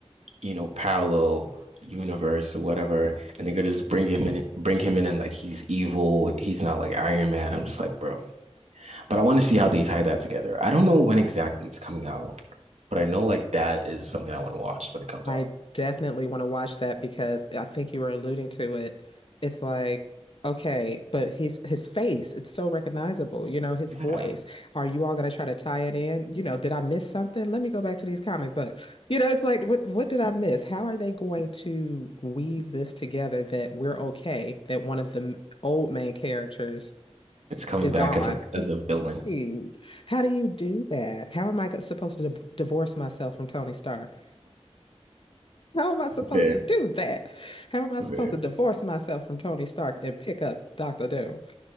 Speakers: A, on the right (about 85°); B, on the left (about 55°).
A: you know, parallel universe or whatever, and they're gonna just bring him in, bring him in, and like he's evil. He's not like Iron Man. I'm just like, bro. But I want to see how they tie that together. I don't know when exactly it's coming out, but I know like that is something I want to watch when it comes
B: I
A: out.
B: definitely want to watch that because I think you were alluding to it. It's like, okay, but he's his face, it's so recognizable, you know, his
A: Yeah.
B: voice. Are you all gonna try to tie it in? You know, did I miss something? Let me go back to these comic books. You know, it's like, what what did I miss? How are they going to weave this together that we're okay, that one of the m- old main characters
A: It's coming
B: is
A: back
B: gone?
A: as a as a villain.
B: Dude, how do you do that? How am I go- supposed to div divorce myself from Tony Stark? How am I supposed
A: Fair,
B: to do that? How am I
A: fair.
B: supposed to divorce myself from Tony Stark and pick up Doctor Doom?